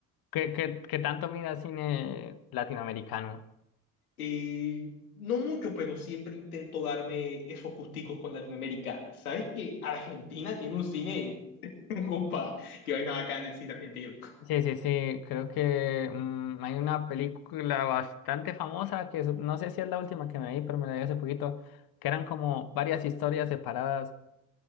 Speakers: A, on the left; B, on the left.
A: ¿Qué, qué, qué tanto mira cine latinoamericano?
B: Eh, no mucho, pero siempre intento darme esos gusticos con Latinoamérica. ¿Sabes que Argentina tiene un cine? <laughs> Compa, que vaina bacana el cine argentino.
A: Sí, sí, sí, creo que mm, hay una película bastante famosa que es- no sé si es la última que me vi, pero me la vi hace poquito, que eran como varias historias separadas.